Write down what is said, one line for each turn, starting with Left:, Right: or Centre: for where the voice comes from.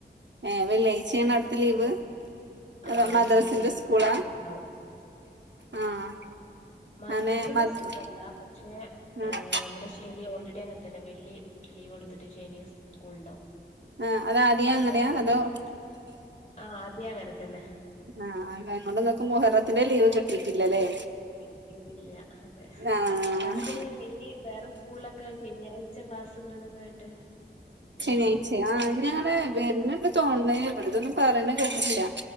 Right: ഏ വെള്ളിയാഴ്ച ആണ് അട്ത്ത ലീവ്
Left: ഇവിടെ ആഹ്
Right: അത മദ്രസിന്റെ
Left: ശനിയാഴ്ച
Right: സ്കൂളാ
Left: സ്കൂൾ ഇണ്ടാവും
Right: ആഹ്
Left: മദ്രസിന്റെ
Right: അങ്ങനെ മദ്
Left: സ്കൂളല്ല പക്ഷേ
Right: ആഹ്
Left: ഇവടെ ശനി ഓൾ ടി അങ്ങനെ തന്നെ വെള്ളി ലീവ് ഒട്ത്തിട്ട് ശനി സ്കൂള് ണ്ടാവും
Right: ആഹ് അതാദ്യേ
Left: അപ്പൊ
Right: അങ്ങനെയാ
Left: മുഹറത്തില്
Right: അതോ
Left: ആദ്യെ അങ്ങനെ തന്നെ
Right: ആഹ് അതോണ്ട് ഇങ്ങക്ക് മുഹറത്തിന്റെ ലീവ് കിട്ടിട്ട്ല്ലല്ലേ
Left: കിട്ടിട്ടില്ല അതെ
Right: ആഹ്
Left: പക്ഷേ ഇനി വേറെ സ്കൂളിലൊക്കെ ശനിയാഴ്ച ക്ലാസ് ഉണ്ട്ന്നൊക്കെ കേട്ട് ഉണ്ടോ
Right: ശനിയാഴ്ച ആ ഞങ്ങ വരുന്ന തോന്ന ഇവിടതൊന്നും പറയണ കേില്ല